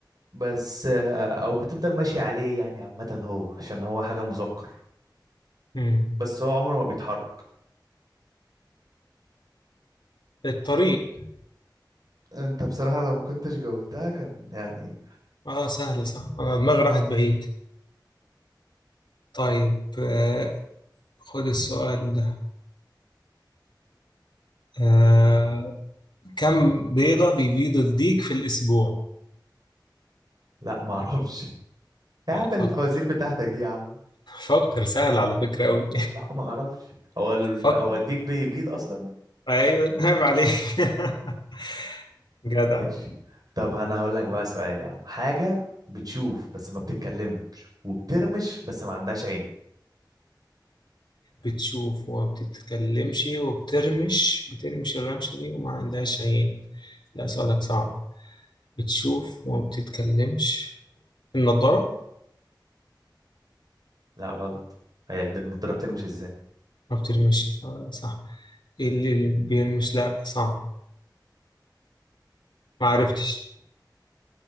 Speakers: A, on the right (about 55°); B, on the left (about 80°).
A: بس آه، او بتفضل ماشي عليه يعني عامة هو عشان هو حاجة مذكر
B: مم.
A: بس هو عمره ما بيتحرك
B: الطريق
A: انت بصراحة لو ما كنتش جاوبتها كان يعني
B: اه سهل صح انا دماغي راحت بعيد طيب آه خد السؤال ده آه كم بيضة بيبيض الديك في الأسبوع؟
A: لا ما اعرفش يا عم
B: لا فكر
A: الفوازير بتاعتك دي يا عم
B: فكر سهل على فكرة أوي
A: لا ما اعرفش هو الف...
B: <laughs> فكر
A: هو الديك بيبيض اصلا
B: أيوه عيب عليك <laughs> جدع
A: ماشي طب انا هقول لك بقى سؤال يا عم حاجة بتشوف بس ما بتتكلمش وبترمش بس ما عندهاش عين
B: بتشوف وما بتتكلمش وبترمش بترمش الرمشة دي وما عندهاش عين لا سؤالك صعب بتشوف وما بتتكلمش النضارة
A: لا غلط هي الد- النضاره بترمش ازاي
B: ما بترمش آه، صح اللي اللي بيرمش لا صعب ما عرفتش